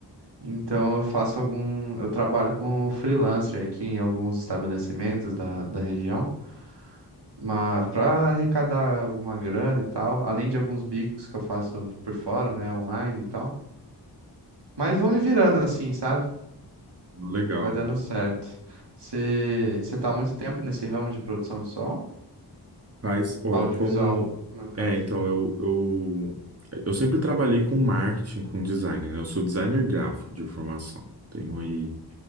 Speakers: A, on the right; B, on the right.
A: Então eu faço algum. Eu trabalho com freelancer aqui em alguns estabelecimentos da, da região, mas para arrecadar alguma grana e tal, além de alguns bicos que eu faço por fora, né, online e tal. Mas vou me virando assim, sabe?
B: Legal.
A: Vai dando certo. Você você tá há muito tempo nesse ramo de produção visual?
B: Faz, ó,
A: Audiovisual,
B: como.
A: no caso.
B: É, então, eu, eu, eu sempre trabalhei com marketing, com design, né? Eu sou designer gráfico de formação. Tenho aí